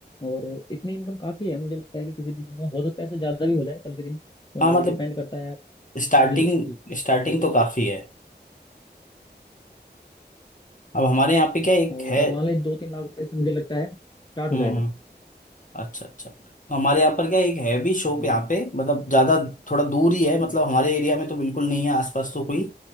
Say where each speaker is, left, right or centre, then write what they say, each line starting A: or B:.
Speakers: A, on the left; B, on the left.
A: और इतनी इनकम काफी है मुझे लगता है कि किसी भी दिन में हो सकता है इससे ज्यादा भी हो जाए कल के दिन क्योंकि
B: हाँ मतलब
A: डिपेंड करता है आपकी
B: स्टार्टिंग स्टार्टिंग
A: लोकेशन
B: तो
A: क्या
B: काफी
A: है
B: है अब हमारे यहाँ पे क्या एक
A: और
B: है
A: मान लीजिए दो तीन लाख रुपए से मुझे लगता है स्टार्ट
B: हम्म
A: हो जाएगा
B: अच्छा अच्छा तो हमारे यहाँ पर क्या एक है भी शॉप
A: जी
B: यहाँ पे मतलब ज्यादा थोड़ा दूर ही है मतलब
A: हम्म,
B: हमारे एरिया में तो बिल्कुल नहीं है आसपास तो कोई